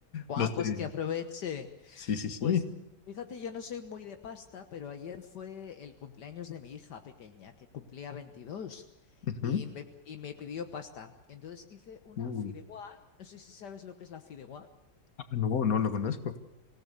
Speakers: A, on the left; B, on the left.
A: Guau,
B: no sé.
A: pues que aproveche.
B: Sí, sí, sí.
A: Pues fíjate, yo no soy muy de pasta, pero ayer fue el cumpleaños de mi hija pequeña, que cumplía 22,
B: Ujú.
A: y me, y me pidió pasta. Entonces hice una
B: Uh,
A: fideuá. No sé si sabes lo que es la fideuá.
B: ah, no, no lo conozco.